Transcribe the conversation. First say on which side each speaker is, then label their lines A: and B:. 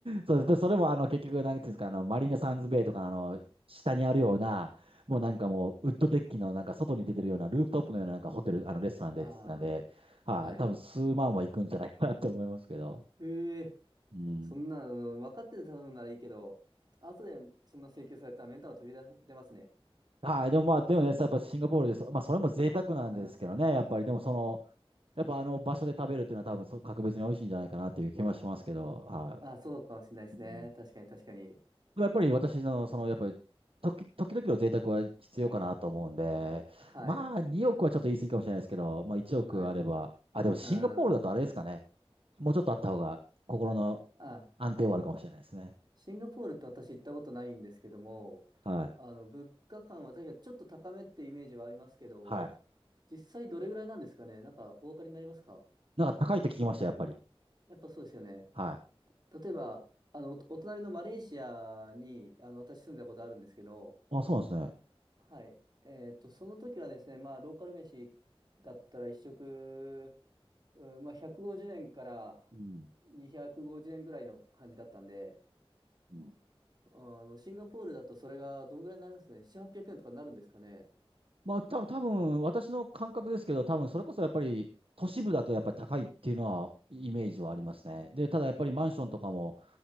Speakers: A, on the right; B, on the right.
A: そうです。でそれもあの結局、なんていうんですか、あの、マリーナサンズベイとかのあの、下にあるような、もうなんかもう、
B: はい。
A: ウッドデッキのなんか外に出てるような、ルーフトップのようななんかホテル、あの、レストランでって言ってたんで、
B: ああ、
A: はい、
B: はい。
A: 多分数万は行くんじゃないかなと思いますけど。
B: ええ
A: うん。
B: そんな、あの、分かってて頼むならいいけど、後でそんな請求されたらメンタル飛び出、出ますね。
A: はい、でもまあ、でもね、やっぱシンガポールでそ、まあ、それも贅沢なんですけどね、
B: うん。
A: やっぱり、でもその、やっぱあの場所で食べるっていうのは多分そう、格別に美味しいんじゃないかなっていう気もしますけど、は
B: あ、そうかもしれないですね。
A: い。うん
B: 確かに確かに。
A: やっぱり私の、その、やっぱり、時、時々の贅沢は必要かなと思うんで、
B: はい。
A: まあ、2億はちょっと言い過ぎかもしれないですけど、まあ、1億あれば、
B: はい。
A: あ、でもシンガポールだとあれですかね。
B: うん。
A: もうちょっとあった方が、心の
B: あ、
A: 安定はあるかもしれないですね。
B: シンガポールって私行ったことないんですけども、
A: はい。
B: あの、物価感は確かにちょっと高めってイメージはありますけど、
A: はい。
B: 実際どれぐらいなんですかね。なんかお分かりになりますか
A: なんか高いって聞きました、やっぱり。
B: やっぱそうですよね。
A: はい。
B: 例えば、あの、お、お隣のマレーシアに、あの、私住んだことあるんですけど、
A: あ、そうなんですね。
B: はい。えっと、その時はですね、まあ、ローカル飯だったら一食、うんまあ、150円から
A: うん。
B: 250円ぐらいの感じだったんで、
A: うん
B: あの、シンガポールだとそれがどんぐらいになりますね。7、800円とかになるんですかね。
A: まあ、た多分私の感覚ですけど、多分それこそやっぱり、都市部だとやっぱり高いっていうのは、イメージはありますね。で、ただやっぱりマンションとかも、